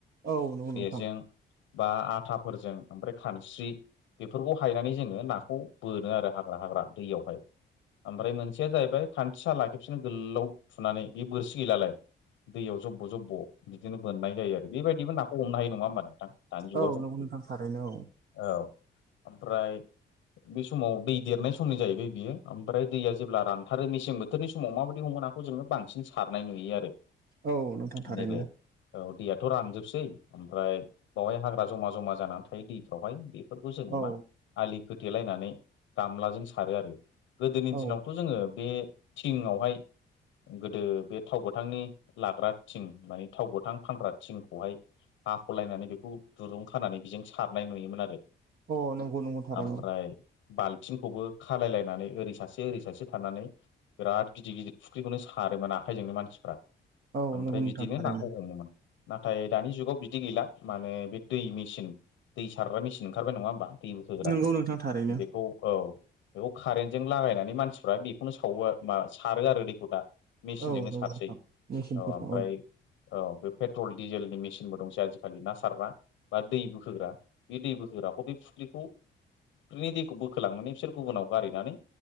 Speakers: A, on the right (about 50°); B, on the left (about 85°).
A: औ नंगौ
B: बेजों
A: नोंथां
B: बा आथाफोरजों ओमफ्राय खानस्रि बेफोरखौ हायनानै जोङो नाखौ बोनो आरो हाग्रा-हाग्रा दैयावहाय ओमफ्राय मोनसेया जाहैबाय खान्थिसाला खेबसिनो गोलाव थुनानै बे बोरसि गैलालाय। दैयाव जब्ब' जब्ब' बिदिनो बोननाय जायो आरो बेबायदिबो नाखौ हमनो हायो नङा नङा होमबा नोंथां दानि जुगाव
A: औ
B: जों
A: नंगौ नोंथां थारैनो
B: <unintelligible> औ ओमफ्राय बे समाव दै देरनाय समनि जाहैबाय बियो ओमफ्राय दैया जेब्ला रानथारो मेसें बोथोर बोथोरनि समाव माबायदि हमो नाखौ जोङो बांसिनारनाय नुयो आरो
A: औ नोंथां थारैनो
B: नैबे औ दैयाथ' रानजोबसै ओमफ्राय बावहाय हाग्रा जमा-जमा जानानै थायो दैफ्रावहाय बे बेफोरखौ जोङो
A: औ
B: मा आलि खोथेलायनानै गामलाजों सारो आरो गोदोनि
A: औ
B: दिनावथ' जोङो बे थिंआवहाय गोदो बे थाव गोथांनि लाग्रा थिं माने थाव गोथां फानग्रा थिंखौहाय हाख'लायनानै बेखौ दुरुं खानानै बेजों सारनाय नुयोमोन आरो।
A: अ नंगौ नंगौ थारैनो
B: आमफ्राय बाल्थिंखौबो खालायलायनानै ओरै सासे ओरै सासे थानानै बिराद गिदिर गिदिर फुख्रिखौनो सारोमोन आखाइजोंनो मानसिफोरा
A: औ
B: ओमफ्राय
A: नंगौ नोंथां
B: बिदिनो
A: थारैनो
B: नाखौ हमोमोन नाथाय दानि जुगाव बिदि गैला माने बे दै मेचिन दै सारग्रा मेसिन ओंखारबाय नङा होमबा दै बोखोग्रा
A: नंगौ नोंथां थारैनो
B: बेखौ औ बेखौ कारेन्टजों लागायनानै मानसिफ्रा बेखौनो सावा मा सारो आरो दैखौ दा मेसिनजोंनो
A: औ नंगौ
B: सारसै
A: नोंथां मेसिनफोरजों
B: औ ओमफ्राय औ बे पेट्रल डिजेलनि मेसिनबो दंसै आजिखालि ना सारबा बा दै बोखोग्रा बे दै बोखोग्राखौ बे फुख्रिखौ बिनि दैखौ बोखोलांनानै बिसोर गुबुनाव गारैनानै